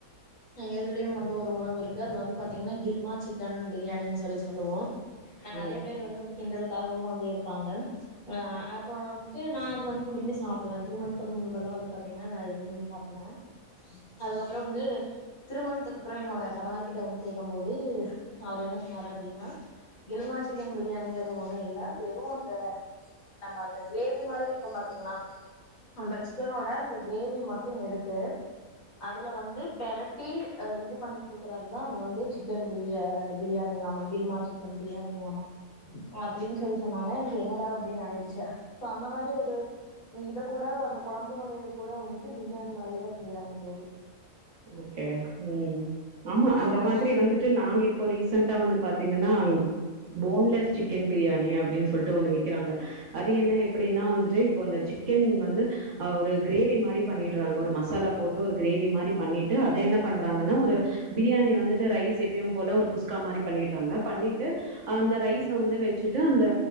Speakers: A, on the left; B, on the right.
A: எங்க இதுலயு வந்து ஒரு உணவு இருக்கு அது வந்து பார்த்தீங்கன்னா கில்மா சிக்கன் பிரியாணின்னு சொல்லி சொல்லுவோ நெறைய
B: ம்
A: பேர் வந்து கிண்டலுக்காகவு வந்து எடுப்பாங்க ம் அ அப்றோ வந்துட்டு நா அது வந்து விரும்பி சாப்டுவே திருமண <unintelligible> பண்ணுவாங்க பாத் த்தீங்னா அது விரும்பி சாப்பிடுவே அதுக்கப்றோ வந்து திருமணத்துக்குப்பிறகு என்னோட கணவர்கிட்ட வந்து கேட்கும் போது அவர் என மற அப்டின்னா கில்மா சிக்கன் பிரியாணிங்கிறது ஒண்ணு இல்ல வெறு அந்த நம்ம அந்த கிரேவி மாரி இருக்கு பாத்தீங்களா அந்த சிக்கனோட அந் கிரேவி மட்டு எடுத்து அதுல வந்து பெரட்டி அ இது பண்ணி குடுக்கறதுதா அது வந்து சிக்கன் பிரியா பிரியாணிங்களாமா கில்மா சிக்கன் பிரியாணிங்களாமா அப்டின்னு சொல்லி சொன்னாங்க எனக்கு என்னடா அப்டின்னு ஆயிச்சு அந்த மாரி ஒரு இத கூட அந்த குழம்பு வகைய கூட வந்துட்டு பிரியாணி மாரி எல்லா செய்றாங்க தோழி
B: ஓகே ம் ஆமா அந்த
A: ஆமாங்க
B: மாதிரி வந்துட்டு நாங்க இப்போ ரீசண்டா வந்து பா பாத்திங்கனா போன்லஸ் சிக்கன் பிரியாணி அப்டின்னு சொல்லிட்டு ஒண்ணு விக்கிறாங்க அது என்ன எப்டின்னா வந்துட்டு இப்ப சிக்கன் வந்து் ஒரு கிரேவி மாரி பண்ணடுறாங்க ஒரு மசாலா போட்டு ஒரு கிரேவி மாரி பண்ணி ட்டு அத என்ன பன்றாங்கனா ஒரு பிரியாணி வந்துட் ரைஸ் எப்பியு போல ஒரு குஸ்கா மாரி பண்ணிடுராங்க பண்ணிட்டு அந்த ரௌஸ வந்து வச்சுட் அந்த